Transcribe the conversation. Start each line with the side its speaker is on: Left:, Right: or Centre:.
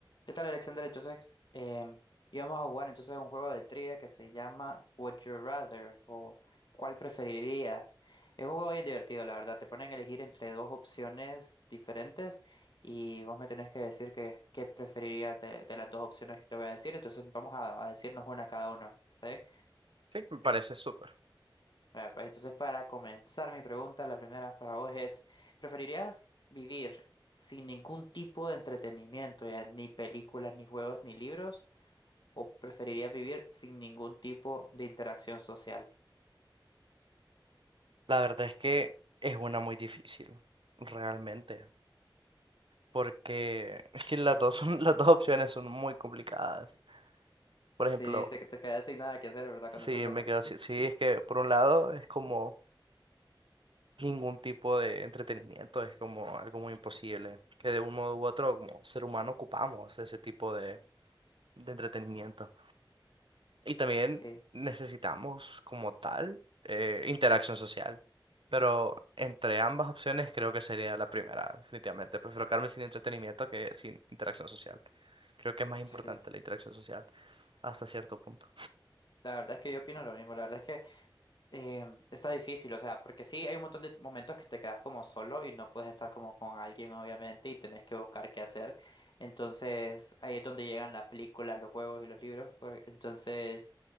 Left: ¿Qué tal, Alexander? Entonces, em, íbamos a jugar entonces un juego de trivia que se llama Would You Rather o ¿Cuál preferirías? Es un juego bien divertido, la verdad. Te ponen a elegir entre dos opciones diferentes y vos me tenés que decir que, qué preferirías de, de las dos opciones que te voy a decir. Entonces, vamos a, a decirnos una cada uno. ¿Está bien?
Right: Sí, me parece súper.
Left: Bueno, pues entonces, para comenzar mi pregunta, la primera para vos es, ¿preferirías vivir sin ningún tipo de entretenimiento, ya ni películas, ni juegos, ni libros? o preferirías vivir sin ningún tipo de interacción social?
Right: La verdad es que es una muy difícil, realmente, porque <laughs> es que las dos son- las dos opciones son muy complicadas. Por ejemplo,
Left: Sí, te, te quedas sin nada que hacer, ¿verdad? Cuando
Right: si
Left: estás solo.
Right: me quedo así, sí, es que por un lado es como ningún tipo de entretenimiento, es como algo muy imposible, que de un modo u otro como ser humano ocupamos ese tipo de, de entretenimiento. Y también
Left: Sí,
Right: necesitamos como tal eh, interacción social. Pero entre ambas opciones creo que sería la primera, definitivamente. Prefiero quedarme sin entretenimiento que sin interacción social. Creo que es más importante
Left: sí.
Right: la interacción social hasta cierto punto.
Left: La verdad es que yo opino lo mismo. La verdad es que eh, está difícil, o sea, porque sí hay un montón de momentos que te quedas como solo y no puedes estar como con alguien, obviamente, y tenés que buscar qué hacer. Entonces, ahí es donde llegan las películas, los juegos y los libros. pues, Entonces,